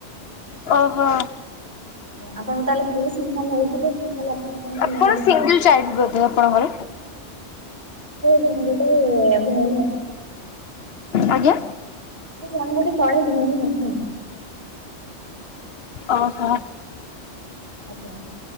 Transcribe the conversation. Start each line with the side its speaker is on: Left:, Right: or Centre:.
Left: ଓହୋ।
Right: ଆପଣଙ୍କୁ ତାହେଲେ ଭଲ ସିଂଗନାଲ ମିଳୁଥିବ ସିଂଗନାଲ ଆପଣଙ୍କ
Left: ଆପଣ
Right: ନାଁ ଯ
Left: ସିଙ୍ଗଲ ଚାଇଲ୍ଡ ବୋଧେ ଆପଣଙ୍କର?
Right: ଜଣେ ଗୋଟେ ଭଉଣୀ
Left: ଆଜ୍ଞା
Right: ସେ ଜଣେ ଗୋଟେ ତଳେ ଭଉଣୀ ଅଛନ୍ତି।
Left: ଓହୋ।
Right: ଆଜ୍ଞା।